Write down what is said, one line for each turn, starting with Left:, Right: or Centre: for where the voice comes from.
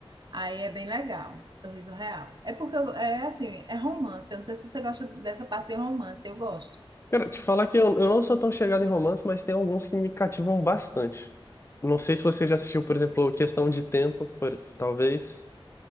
Right: Aí é bem legal, sorriso real. É porque eu- é assim, é romance. Eu não sei se você gosta dessa parte de romance, eu gosto.
Left: Cara, te falar que eu, eu não sou tão chegado em romance, mas tem alguns que me cativam bastante. Não sei se você já assistiu, por exemplo, Questão de Tempo, por- talvez.